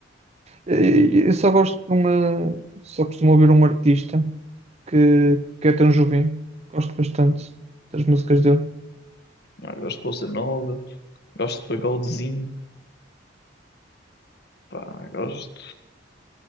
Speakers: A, on the right; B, on the left.
A: Eh, Eu só gosto de uma. Só costumo ouvir um artista que, que é Tom Jobim. Gosto bastante das músicas dele.
B: Ah, eu gosto de Bolsa Nova. Gosto de pagodezinho. Pá, gosto...